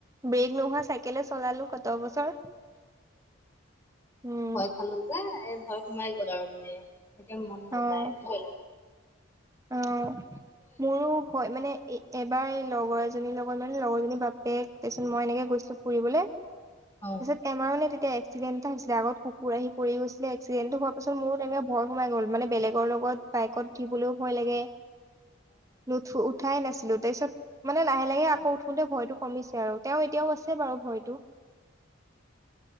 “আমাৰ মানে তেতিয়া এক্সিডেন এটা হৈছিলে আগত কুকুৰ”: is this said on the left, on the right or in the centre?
Right